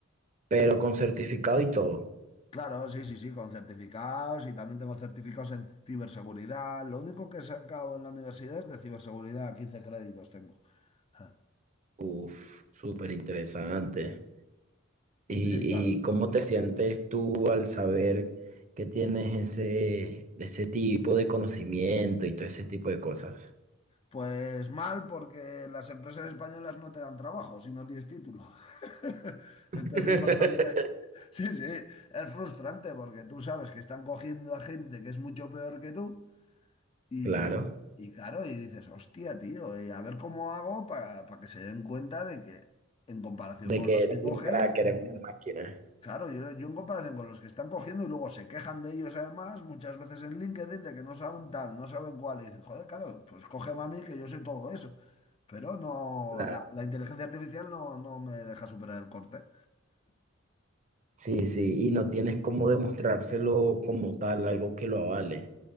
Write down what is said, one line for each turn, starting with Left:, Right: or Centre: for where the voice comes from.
Right: pero con certificado y todo.
Left: Claro, sí, sí, sí, con certificados y también tengo certificados en ciberseguridad. Lo único que he sacado en la universidad es de ciberseguridad, 15 créditos tengo. Ja,
Right: Uf, súper interesante.
Left: ja.
Right: ¿Y,
Left: Sí, claro. ¿no?
Right: y cómo te sientes tú al saber que tienes ese, ese tipo de conocimiento y todo ese tipo de cosas?
Left: Pues mal, porque las empresas españolas no te dan trabajo si no tienes título. <laughs>
Right: <laughs>
Left: Entonces es bastante... Sí, sí, es frustrante porque tú sabes que están cogiendo a gente que es mucho peor que tú y,
Right: Claro,
Left: y claro, y dices, hostia, tío, y a ver cómo hago para que se den cuenta de que en comparación
Right: de
Left: con
Right: que
Left: los
Right: eres
Left: que cogen,
Right: un crack, eres una máquina.
Left: Claro, yo, yo en comparación con los que están cogiendo y luego se quejan de ellos además, muchas veces en LinkedIn, de que no saben tal, no saben cuál, y dicen, joder, claro, pues cógeme a mí que yo sé todo eso. Pero no,
Right: Claro.
Left: la, la inteligencia artificial no, no me deja superar el corte.
Right: Sí, sí, y no tienes cómo demostrárselo como tal, algo que lo avale.